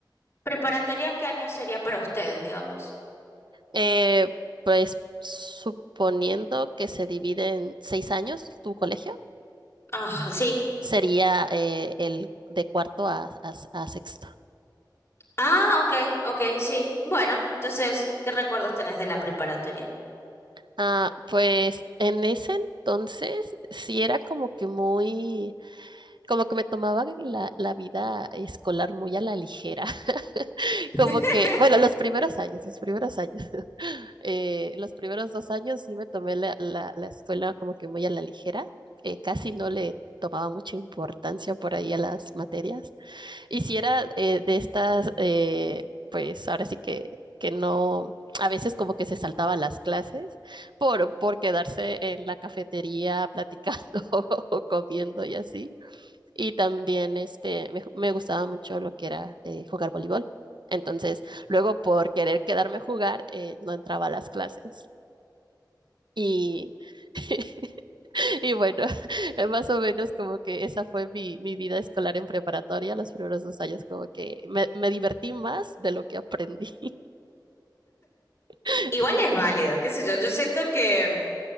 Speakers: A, on the left; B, on the right.
A: ¿Preparatoria en qué año sería para ustedes, digamos?
B: Eh, pues suponiendo que se divide en seis años tu colegio.
A: Ah, sí.
B: sería eh, el de cuarto a, a- a sexto.
A: Ah, ok, ok, sí. Bueno, entonces, ¿qué recuerdos tenés de la preparatoria?
B: Ah, pues en ese entonces sí era como que muy, como que me tomaba la, la vida escolar muy a la ligera, <laughs> como
A: <laughs>
B: que, bueno, los primeros años, los primeros años, <laughs> eh, los primeros dos años sí me tomé la, la- la escuela como que muy a la ligera, eh, casi no le tomaba mucha importancia por ahí a las materias. Y si era eh, de estas, eh, pues ahora sí que, que no, a veces como que se saltaba las clases por, por quedarse en la cafetería platicando <laughs> o comiendo y así. Y también este, me, me gustaba mucho lo que era eh, jugar voleibol. Entonces, luego por querer quedarme a jugar, eh, no entraba a las clases. Y <laughs> Y bueno, <laughs> más o menos como que esa fue mi, mi vida escolar en preparatoria, los primeros dos años como que me, me divertí más de lo que aprendí. <laughs>
A: Igual es válido, qué sé yo. Yo siento que